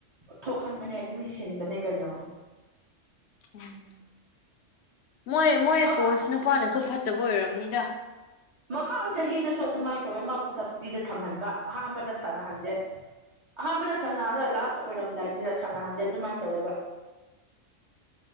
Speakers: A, on the right (about 30°); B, on the left (about 65°).
A: ꯊꯣꯛꯍꯟꯕꯅꯦ ꯃꯤ ꯁꯤꯟꯕꯅꯦ ꯀꯩꯅꯣ
B: ꯎꯝ ꯃꯣꯏ ꯃꯣꯏ
A: ꯃꯃꯥ
B: ꯀꯣꯁ ꯅꯨꯨꯄꯥꯅꯁꯨ ꯐꯠꯇ ꯕ ꯑꯣꯏꯔꯝꯅꯤꯗ
A: ꯃꯃꯥꯡ ꯆꯍꯤꯗꯁꯨ ꯑꯗꯨꯃꯥꯏ ꯇꯧꯋꯦ ꯃꯥꯕꯨ ꯁꯕꯁꯤꯇꯤꯗ ꯊꯝꯍꯟꯕ ꯑꯍꯥꯟꯕꯗ ꯁꯥꯟꯅꯍꯟꯗꯦ ꯑꯍꯥꯟꯕꯗ ꯁꯥꯟꯅꯔ ꯂꯥꯁ ꯑꯣꯏꯔꯝꯗꯥꯏꯗꯨꯗ ꯁꯥꯟꯅꯍꯟꯗꯦ ꯑꯗꯨꯃꯥꯏꯅ ꯇꯧꯋꯦꯕ